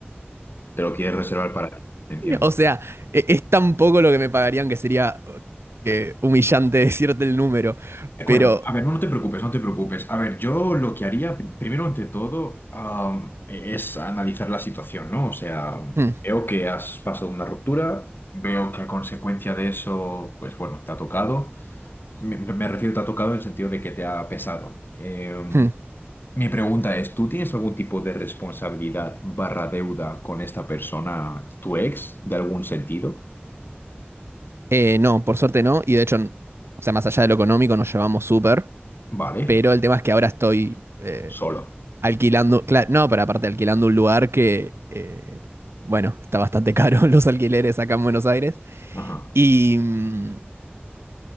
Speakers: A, on the left (about 55°); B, on the right (about 80°).
A: Te lo quieres reservar para ti, entiendo.
B: O sea, e- es tan poco lo que me pagarían que sería eh, humillante <laughs> decirte el número,
A: De acuerdo.
B: pero...
A: A ver, no, no te preocupes, no te preocupes. A ver, yo lo que haría, pr- primero ante todo, am, es analizar la situación, ¿no? O sea,
B: mm,
A: veo que has pasado una ruptura, veo que a consecuencia de eso, pues bueno, te ha tocado. Me, me refiero, te ha tocado en el sentido de que te ha pesado. Eh,
B: mm.
A: Mi pregunta es, ¿tú tienes algún tipo de responsabilidad barra deuda con esta persona, tu ex, de algún sentido?
B: Eh, no, por suerte no, y de hecho, o sea, más allá de lo económico nos llevamos súper,
A: Vale,
B: pero el tema es que ahora estoy... eh,
A: solo.
B: Alquilando, claro, no, pero aparte alquilando un lugar que, eh, bueno, está bastante caro <laughs> los alquileres acá en Buenos Aires.
A: Ajá.
B: Y mm,